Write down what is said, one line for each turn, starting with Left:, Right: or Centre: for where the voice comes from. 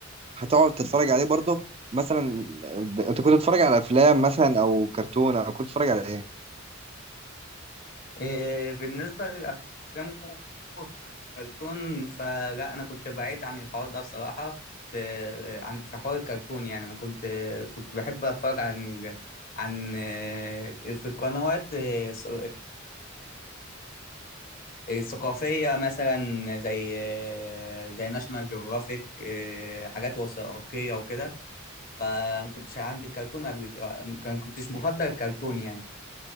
Right: هتقعد تتفرج عليه برضه مثلا آه، انت كنت بتتفرج على افلام مثلا او كرتون او كنت بتتفرج على ايه
Left: إيه، بالنسبه للافلام والكرتون فلا انا كنت بعيد عن الحوار ده بصراحه في عن في حوار الكرتون يعني ما كنت كنت بحب اتفرج عن ال- عن آه، في القنوات آه، الص- ثقافية مثلا زي زي ناشونال جيوغرافيك حاجات وثائقية وكده فما كنتش عندي الكرتون قبل كان كنتش مفضل الكرتون يعني